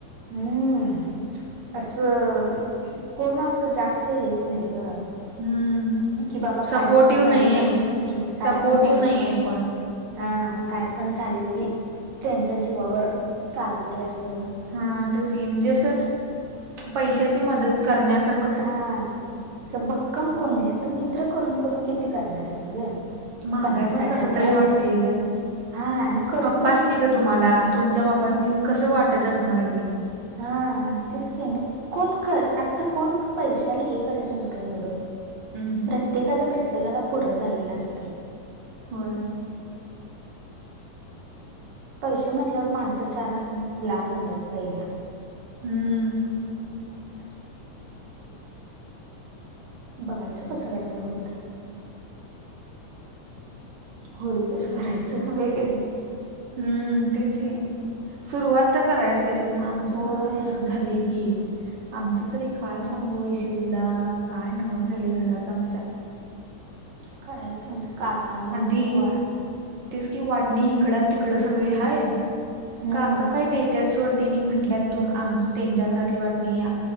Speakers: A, on the right (about 85°); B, on the right (about 55°).
A: हम्म असं कोण असं जास्त हेच नाही ग
B: हम्म
A: कि बाबा
B: सपोर्टिव्ह
A: काय पण झालं
B: नाही
A: तर
B: आहे
A: हम् काय
B: सपोर्टिव्ह
A: पण झालं
B: नाही आहेत कोण
A: हा काय पण झाले की त्यांच्या जीवावर चालते असं
B: हा तेच ककीम म्हणजे अस पैशाची मदत करण्यासारख
A: हा असं भक्कम कोण आहे तर मित्र करून करून किती करणार आहे तु ग
B: मागाय
A: पन्नास
B: पण
A: साठ
B: कस
A: हजार
B: तरी वाटतेय ग
A: हा आणि करून
B: पप्पाच
A: करून
B: नाही ग तुम्हाला तुमच्या बाप्ासनी कसं वाटत असणार की
A: हा तेस क आणि कोण क आता कोण पैशाला हे करत नाहीत ग एवढं
B: हम् हम
A: प्रत्येकाच प्रत्येकाला पुरं झालेलं असते
B: हो
A: पैसे म्हटल्यावर माणस चार हात लांब होतात. पहिला
B: हम्म
A: अच्छ <inaudible> बघायचं कसं काय काय होतं. होळी कस भरायचं वगर नाही.
B: हम्म तेच सुरुवात तर करायच पाहिजे किंवा आमचं
A: होय
B: पण आता तसंच झालंय की आमचं तरी काय सांगू वैश तुला काय नवत झाले घराच आमच्या
A: काय तुमचं काकण
B: आधी
A: वा
B: की वाटणी इकड आणि तिकड सगळे हाय
A: हम्म
B: काका काय देत त्यात सोड त्यांनी म्हंटल्या तु त्यांच्या घरातली वाटणी